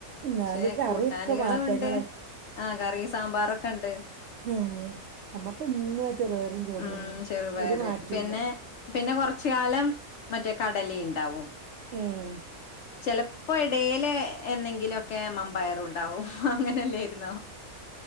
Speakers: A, on the right; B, on the left.
A: എന്നാലും
B: പക്ഷെ
A: കറിയൊക്കെ
B: കൂട്ടാനുകളുമുണ്ട്
A: മാറ്റങ്ങളായി
B: ആഹ് കറിയും സാമ്പാറൊക്കെണ്ട്
A: ഉം നമ്മക്ക് എന്നും ആഹ് ചെറുപയറും ചോറും
B: ഉം
A: തന്നെ
B: ചെറുപയറ്
A: ഒരു മാറ്റുല്ല
B: പിന്നെ പിന്നെ കൊറച്ചു കാലം മറ്റേ കടലയുണ്ടാവും
A: ഉം
B: ചിലപ്പോ ഇടയില് എന്നെ ങ്കിലുമൊക്കെ മമ്പയറു ണ്ടാവും അങ്ങനെയല്ലായിരുന്നോ